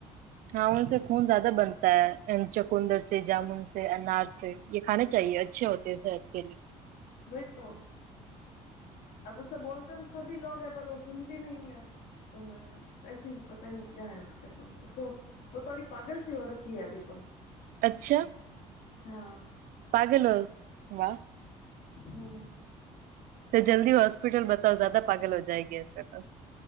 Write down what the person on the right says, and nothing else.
હા સે ખૂન જ્યાદા બનતા હૈ ચકુંદર સ જામુન સ અનાર સ એ ખાણે ચાએ અચ્છે હોતે સહેર કે
અચ્છા
પાગલઓ વાહ
તો જલ્દી હોસ્પિટલ બતાો જદા પાગલ હો જાયગ એ તો